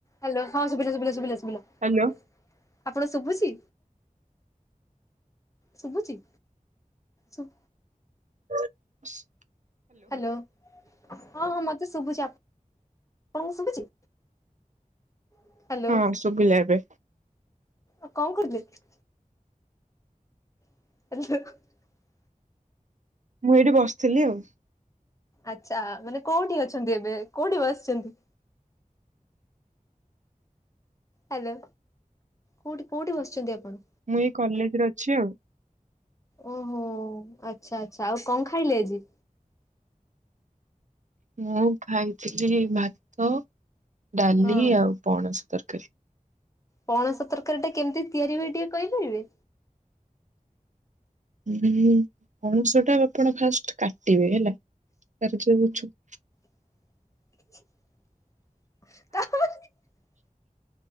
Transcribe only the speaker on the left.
Hello ହଁ ଶୁଭିଲା ଶୁଭିଲା ସୁଭିଲା ଶୁଭିଲା।
ଆପଣ ଶୁଭୁଚି ଶୁଭୁଚି ଶୁୁ
ହ୍ୟାଲୋ ହଁ ହଁ ମତେ ଶୁଭୁଛି ଆଣଙ୍କୁ ଶୁଭୁଛି? ହ୍ୟାଲୋ
ଆଉ କଣ କରୁଥିଲେ? <unintelligible>
ଆଚଛା ମାନେ କୋଉଠି ଅଛନ୍ତି ଏବେ କୋଉଠି ବସିଛନ୍ତି? ହ୍ୟାଲୋ କୋଉଠି କୋଉଠି ବସିଛନ୍ତି ଆପଣ?
ଓହୋ ଆଚ୍ଛା ଆଛା ଆଉ କଣ ଖାଇଲେ ଆଜି?
ହଁ
ପଣସ ତରକାରୀଟା କେମିତି ତିଆରି ହୁଏ ଟିକେ କହିପାରିବେ?
<inaudible> <unintelligible>